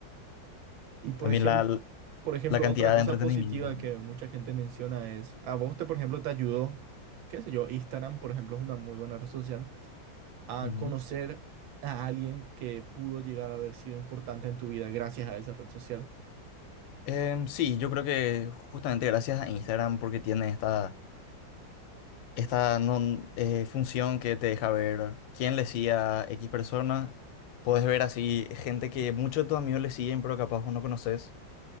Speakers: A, on the right; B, on the left.
A: Y por
B: También
A: ejemplo,
B: la,
A: por ejemplo,
B: la cantidad
A: otra cosa
B: de entretenimiento.
A: positiva
B: ¿no?
A: que mucha gente menciona es, a vos te, por ejemplo, te ayudó, qué sé yo, Instagram, por ejemplo, es una muy buena red social, a
B: Ujú.
A: conocer a alguien que pudo llegar a haber sido importante en tu vida gracias a esa red social.
B: Em, sí, yo creo que justamente gracias a Instagram porque tiene esta esta non- eh, función que te deja ver quién le sigue a X persona. Puedes ver así gente que muchos de tus amigos le siguen, pero capaz vos no conoces.